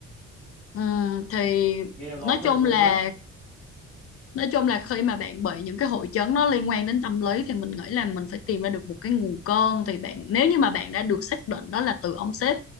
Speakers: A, on the left (about 50°); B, in the centre.
A: Ừm, thì
B: nghe lo
A: nói chung
B: thêm luôn
A: là
B: á
A: nói chung là khi mà bạn bị những cái hội chứng nó liên quan đến tâm lý thì mình nghĩ là mình phải tìm ra được một cái nguồn cơn thì bạn nếu như mà bạn đã được xác định đó là từ ông sếp